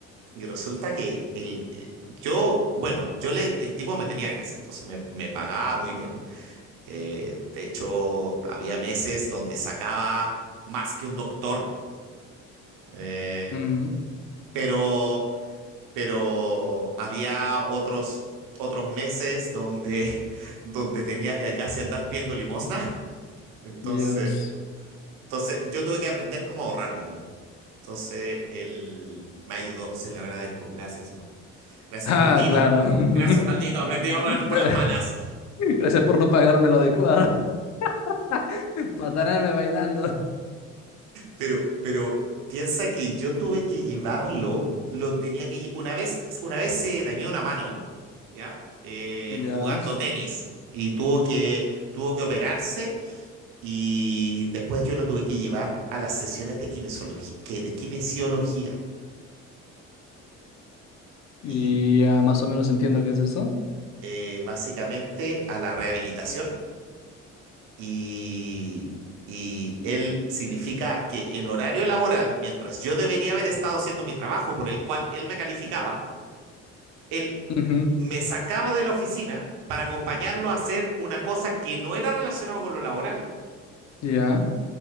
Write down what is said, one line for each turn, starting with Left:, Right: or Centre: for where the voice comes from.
Right: y resulta que el, eh, yo, bueno, yo le, el tipo me tenía gracia, entonces me, me pagaba muy bien. Eh, de hecho, había meses donde sacaba más que un doctor. eh,
Left: Mm,
Right: pero pero había otros, otros meses donde, <laughs> donde tenía que casi andar pidiendo limosna. Entonces,
Left: Dios.
Right: entonces yo tuve que aprender cómo ahorrar, digamos. Entonces él me ayudó, se lo agradezco. Gracias, ma- gracias,
Left: Ah,
Right: maldito.
Left: claro. <laughs>
Right: Gracias, maldito. Aprendí a ahorrar
Left: Gra-
Right: por las malas.
Left: Gracias por no pagarme lo adecuado, <laughs> para tenerme bailando.
Right: Pero, pero piensa que yo tuve que llevarlo. Lo tenía que lle- una vez, una vez se dañó una mano, ¿ya? Eh,
Left: Ya.
Right: jugando
Left: s-
Right: tenis y tuvo que, tuvo que operarse Y después yo lo tuve que llevar a las sesiones de kinesiología, que, de kinesiología
Left: Y
Right: y
Left: ya más o menos entiendo qué es eso.
Right: eh, básicamente a la rehabilitación. Y, y él significa que en horario laboral, mientras yo debería haber estado haciendo mi trabajo por el cual él me calificaba, él
Left: Ujú.
Right: me sacaba de la oficina para acompañarlo a hacer una cosa que no era relacionada con lo laboral,
Left: Ya.